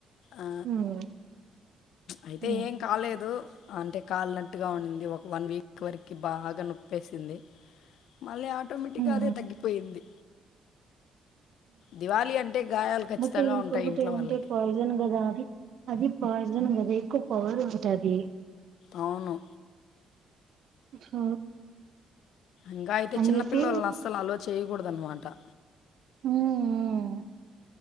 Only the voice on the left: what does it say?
ఆ
అయితే
ఏం లేదు అంటే కాల్నట్టుగా ఉంది ఒక వన్ వీక్ చివరికి బాగా నొప్పేసింది మళ్ళీ ఆ ఆటోమేటిక్గా
అదే తగ్గిపోయింది దివాళీ అంటే గాయాలు ఖచ్చితంగా
ఉంటాయి ఇంట్లో
వాళ్ళకి
అవును
ఇంకా అయితే
చిన్నపిల్లలని అస్సలు అల్లౌ చేయకూడదు అన్నమాట టా